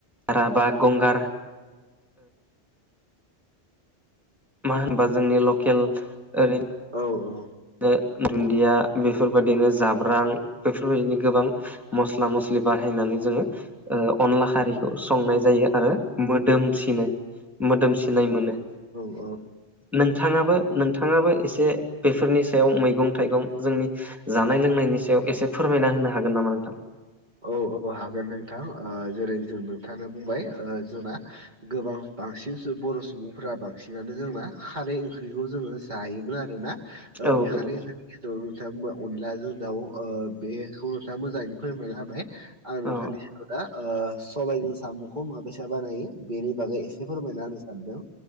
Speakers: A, in the centre; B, on the right (about 40°).
A: राभा गंगार मा होनबा जोंनि लकेल ओरै
B: औ औ।
A: दुन्दिया बेफोरबायदिनो जाब्रां बेफोरबायदिनो गोबां मस्ला मस्लि बाहायनानै जोङो अनला खारिखौ संनाय जायो आरो मोदोमसिनो। मोदोमसिनाय मोनो।
B: औ औ
A: नोंथाङाबो- नोंथाङाबो एसे बेफोरनि सायाव मैगं थाइगं जोंनि जानाय लोंनायनि सायाव एसे फोरमायना होनो हागोन नामा नोंथां।
B: औ औ हागोन नोंथां जेरै जों नोंथाङानो बुंबाय जना गोबां बांसिन बर' सुबुंफोरा बांसिनानो जोंना खारै ओंख्रिखौ जोङो जायोमोन आरोना।
A: औ
B: बे
A: गोदौ
B: हारि नोंथाङा अनलाजों दाउ बेखौ नोंथाङा मोजाङैनो फोरमनानै होबाय। आ नथानि
A: औ
B: आ दा ओ सबायाइजों साम'खौ माबेसा बानायो बेनि बागै एसे फोरमायना होनो सानदों।